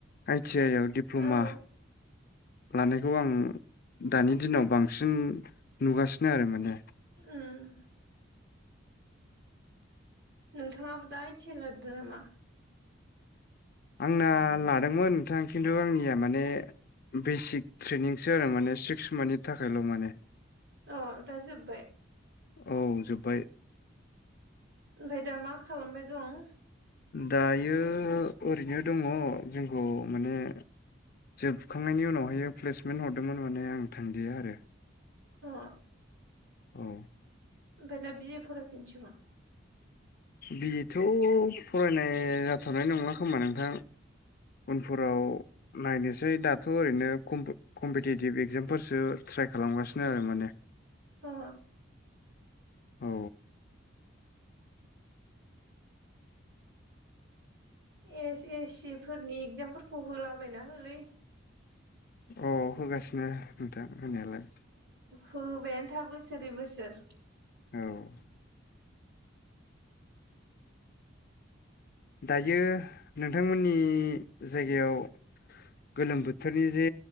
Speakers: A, on the left; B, on the right.
A: आइ टि आइ आव दिप्ल'मा
B: औ
A: लानायखौ आं दानि दिनाव बांसिन नुगासिनो आरो माने
B: ओम नोंथाङाबो दा आइ थि आइ लादो नामा?
A: आंना लादोंमोन नोंथां खिन्थु आंनिया माने बेसिक ट्रेनिंसो आरो माने सिक्स मथनि थाखायल' माने
B: अ दा जोबबाय
A: औ जोब्बाय
B: ओमफ्राय दा मा खालामबाय दं?
A: दायो ओरैनो दङ जोंखौ माने जोबखांनायनि उनावहायो प्लेसमेन्ट हरदोंमोन हरनाया माने आं थांदिया आरो।
B: अ
A: औ
B: ओमफ्राय ना बि फरायफिनसिगोन।
A: बिथ' फरायनाय जाथनाय नंला खोमा नोंथां। उनफोराव नायनो सै दाथ' ओरैनो कम्पि कम्पिटिेटिभ एगजामफोरसो ट्राय खालामगासिनो आरो माने
B: अ
A: औ
B: एस एस सि फोरनि एगजामफोरखौ होलाबायना होलै
A: औ होगासिनो नोंथां होनायालाय
B: होबायानोथा बोसोरै बोसोर
A: औ दायो नोंथांमोननि जायगायाव
B: <unintelligible>
A: गोलोम बोथोरनि जे